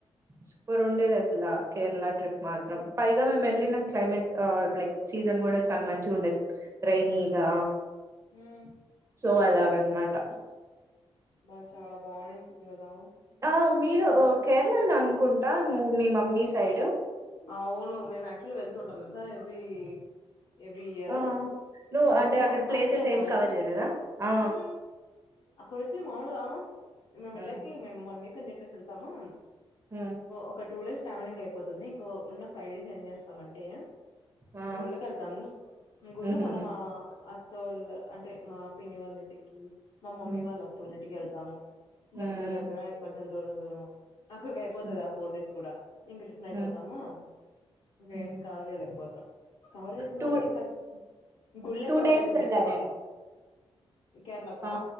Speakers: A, on the right; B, on the left.
A: సూపర్ ఉండేది అసల కేరళ ట్రిప్ మాత్రం పైగా మేమ్ వెళ్లిన క్లైమేట్ లైక్ సీజన్ కూడా చాలా మంచి ఉండేది రైనిగా
B: ఉమ్
A: సో అలాగనమాట
B: అబ చాలా బాగుంట్నది కదా
A: ఆ మీరు కేరళని అనుకుంటా నువ్వు మీ మమ్మీ సైడ్
B: అవును మేము యాక్చువల్గ వెళ్తూ ఉంటాము తెలుసా ఎవ్రీ ఎవ్రీ ఇయర్
A: ఆ నువ్వు
B: మ
A: అంటే
B: యాక్చువల్
A: అక్కడ ప్లేసెస్
B: అలిపి అన్నావు
A: ఏం
B: కదా
A: కవర్ చేయలేదా ఆ
B: హ్మ అక్కడొచ్చి మాముూలుగా మేము
A: హ్మ్
B: వెళ్ళకి మేము వన్ వీక్ అని చెప్పేసి వెళ్తాము
A: హ
B: ఒక టూ డేస్ ట్రావెలింగ్ అయిపోతుంది ఇంకో ఉన్న ఫైవ్ డేస్ ఏం చేస్తామంటే
A: ఆ
B: గుళ్ళకెళ్తాం గుళ్ళో
A: హుహుహు.
B: మళ్ళ మా అత్తోళ్ అంటే మా పిన్ని వాళ్ళ ఇంటికి మా మమ్మీ
A: హ్మ్
B: వాళ్ళ అత్తోళ్ళింటికి వెళ్తాము
A: హ్మ్
B: దగ్గర దగ్గర ఇంక కొంచం దూరం దూరం అక్కడికి అయిపోతది
A: హ్మ్
B: ఆ ఫోర్ డేస్ కూడా ఇంక రిటర్న్ అయిపోతామా
A: హ్మ్.
B: ఇంక
A: హ్మ్.
B: ఏం కవర్ చేయలేకపోతాం కవర్ చేసిందంటే
A: టూ
B: ఇంక గుళ్లో
A: టూ
B: కవర్
A: టైమ్స్
B: చేసాం
A: వెళ్ళా
B: ఎక్కువ
A: నేను
B: కేరళకా
A: ఆ